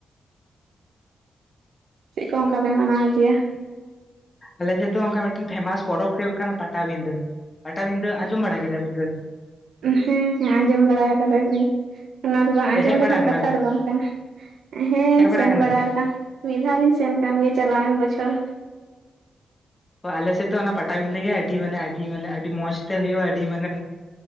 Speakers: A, on the right; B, on the left.
A: ᱪᱮᱫ ᱠᱚ ᱚᱱᱠᱟ ᱯᱮ ᱢᱟᱱᱟᱣ ᱜᱮᱭᱟ
B: ᱟᱞᱮ ᱥᱮᱫ ᱫᱚ ᱚᱱᱠᱟ ᱢᱤᱫᱴᱮᱱ ᱯᱷᱮᱢᱟᱥ ᱯᱚᱨᱚᱵᱽ ᱦᱩᱭᱩᱜ ᱠᱟᱱᱟ ᱯᱟᱴᱟᱵᱤᱸᱫᱟᱹ ᱯᱟᱴᱟᱵᱤᱸᱫᱟᱹ ᱟᱸᱡᱚᱢ ᱵᱟᱲᱟ ᱠᱮᱫᱟᱵᱤᱱ
A: ᱦᱮᱸ ᱦᱮᱸ ᱟᱸᱡᱚᱢ ᱵᱟᱲᱟ ᱠᱟᱫᱟ ᱞᱤᱧ ᱚᱱᱟ ᱫᱚ ᱵᱟᱝ
B: ᱥᱮ
A: ᱟᱸᱡᱚᱢ
B: ᱦᱮᱡ
A: ᱞᱮᱠᱟᱱ
B: ᱵᱟᱲᱟ ᱠᱟᱱᱟ
A: ᱠᱟᱛᱷᱟ
B: ᱵᱤᱱ
A: ᱫᱚ ᱵᱟᱝ ᱠᱟᱱᱟ ᱦᱮᱸ
B: ᱦᱮᱡ
A: ᱥᱮᱱ
B: ᱠᱟᱱᱟ
A: ᱵᱟᱲᱟ ᱟᱠᱟᱱ ᱢᱤᱫ ᱫᱷᱟᱣᱞᱤᱧ ᱥᱮᱱ ᱠᱟᱱ ᱜᱮ ᱪᱟᱞᱟᱣᱮᱱ ᱵᱚᱪᱷᱚᱨ
B: ᱟᱞᱮ ᱥᱮᱫ ᱫᱚ ᱚᱱᱟ ᱯᱟᱴᱟᱵᱤᱸᱫᱟᱹ ᱜᱮ ᱟᱹᱰᱤ ᱢᱟᱱᱮ ᱟᱹᱰᱤ ᱢᱟᱱᱮ ᱟᱹᱰᱤ ᱢᱚᱸᱡᱽ ᱛᱮ ᱦᱩᱭᱩᱜᱼᱟ ᱟᱹᱰᱤ ᱢᱟᱱᱮ